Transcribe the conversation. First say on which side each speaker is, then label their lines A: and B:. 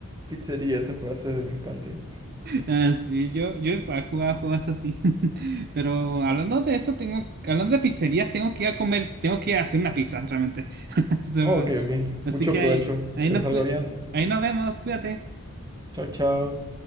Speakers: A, on the right; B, on the right.
A: Pizzería, ese juegazo es de mi infancia.
B: Ah, sí, yo, yo he jugado juegos así. <laughs> Pero hablando de eso, tengo, hablando de pizzerías, tengo que ir a comer, tengo que ir a hacer una pizza realmente. <laughs> So,
A: Oh, ok, ok.
B: así
A: Mucho
B: que
A: provecho.
B: ahí, ahí
A: Que
B: nos,
A: les salga
B: cu-
A: bien.
B: ahí nos vemos, cuídate.
A: Chao, chao.